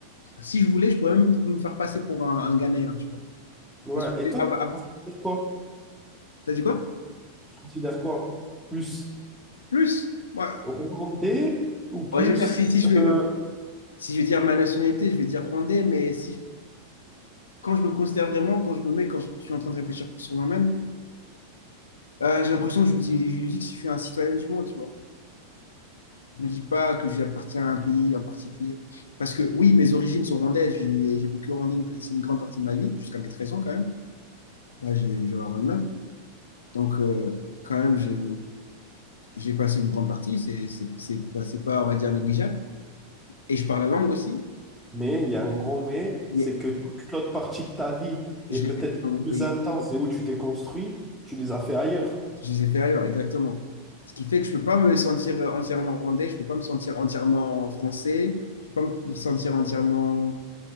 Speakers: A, on the left (about 70°); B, in the centre.
A: si je voulais, je pourrais même me faire passer pour un, un Ghanéen, tu vois.
B: Ouais.
A: Parce que,
B: Et toi,
A: ah,
B: tu
A: bah, ah,
B: considères quoi?
A: t'as dit quoi?
B: Tu considères quoi? Plus.
A: Plus? Ouais,
B: Remonter ou plus.
A: Ouais, je veux dire, si, si je vais
B: euh,
A: me- si je veux dire ma nationalité, je vais dire rwandais, mais si, quand je me considère vraiment, quand je me mets, quand je suis en train de réfléchir sur moi-même, euh, j'ai l'impression que je me dis, je me dis que je suis un citoyen du monde, tu vois. Je me dis pas que j'appartiens à un pays en particulier. Parce que oui, mes origines sont rwandaises. J'ai j'ai vécu au Rwanda, une- c'est une grande partie de ma vie, jusqu'à mes 13 ans quand même. Là, j'ai j'en ai 29. Donc, euh, quand même, j'ai j'ai passé une grande partie. C'est c'est- c'est pas, c'est pas, on va dire, négligeable. Et je parle la langue aussi.
B: mais il y a un grand mais,
A: Il
B: c'est
A: y a-
B: que toute l'autre partie de ta vie et
A: Je
B: peut-être
A: l'ai vécu dans notre
B: plus
A: pays.
B: intense et où tu t'es construit, tu les as fait ailleurs.
A: Je les ai fait ailleurs, exactement. Ce qui fait que je peux pas me sentir euh, entièrement rwandais, je peux pas me sentir entièrement français, je peux pas me sentir entièrement.